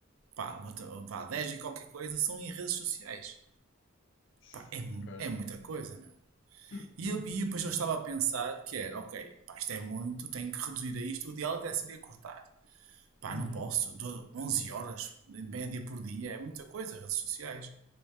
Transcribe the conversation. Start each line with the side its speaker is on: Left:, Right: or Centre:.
Right: pá, vou- pá 10 e qualquer coisa, são em redes sociais.
Left: Shhh,
Right: Pá, é, mu-
Left: Ok.
Right: é muita coisa, meu.
Left: <coughs>
Right: E, eu, e depois eu estava a pensar que era, ok, pá, isto é muito, tenho que reduzir a isto, o ideal até seria cortar. Pá,
Left: Uhum.
Right: não posso, do- 11 horas, em média por dia, é muita coisa, redes sociais.